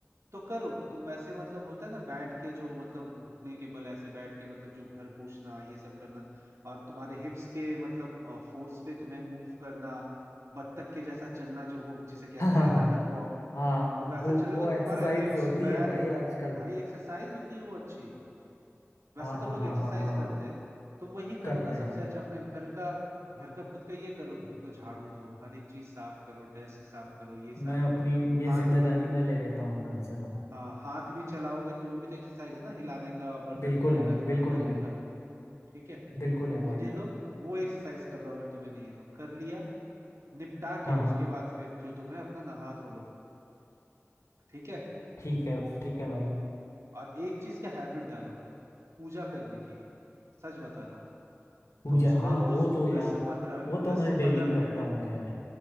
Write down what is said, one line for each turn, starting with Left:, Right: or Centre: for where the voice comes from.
Right: तो करो तुम ऐसे मतलब होता है ना बैठ के जो मतलब घुटने के बल ऐसे बैठ के मतलब जो घर पोछना ये सब करना और तुम्हारे हिप्स के मतलब फोर्स पे तुम्हें मूव करना बत्तख के जैसा चलना जो हो जिसे कहते
Left: <laughs> हाँ हाँ
Right: हैं
Left: हाँ
Right: ना डक वॉक
Left: हाँ,
Right: तुम
Left: वो
Right: वैसा चलोगे
Left: वो
Right: तो
Left: एक्सरसाइज
Right: तुम्हारा हिप्स
Left: होती
Right: पैर
Left: है भाई आजकल
Right: भाई एक्सरसाइज होती है वो अच्छी वैसा
Left: हाँ
Right: तो
Left: हाँ
Right: लोग
Left: हाँ
Right: एक्सरसाइज
Left: हाँ हाँ
Right: करते
Left: हाँ
Right: हैं तुम वही
Left: करते
Right: करो ना सबसे
Left: हैं
Right: अच्छा अपने घर का घर का खुद का ये करो घर को झाड़ू दो हर एक चीज साफ करो डेस्क साफ करो ये साफ
Left: मैं अपनी
Right: करो
Left: ये
Right: हाथ
Left: जिम्मेदारी
Right: भी
Left: मैं ले लेता हूँ कल से अब
Right: हाँ हाथ भी चलाओगे तो वो भी तो एक्सरसाइज है ना हिलाने का बर्तन
Left: बिल्कुल
Right: धोने
Left: है
Right: का झाड़ू
Left: बिल्कुल
Right: देने
Left: है
Right: का ठीक है
Left: बिल्कुल है
Right: वो
Left: भाई
Right: दे लो वो एक्सरसाइज कर लो अगर तुम्हें नहीं है तो कर लिया निपटा के
Left: हाँ हाँ
Right: उसके बाद फिर जो तुम्हें अपना नहा धो लो ठीक है
Left: ठीक है ठीक है भाई
Right: और एक चीज का हैबिट डालो पूजा करने की सच बता रहा हूँ
Left: पूजा
Right: तुम सुबह
Left: हाँ
Right: रोज
Left: वो तो
Right: दस
Left: यार
Right: से पंद्रह मिनट,
Left: वो
Right: दस
Left: तो मैं
Right: से पंद्रह
Left: डेली
Right: मिनट
Left: करता हूँ खैर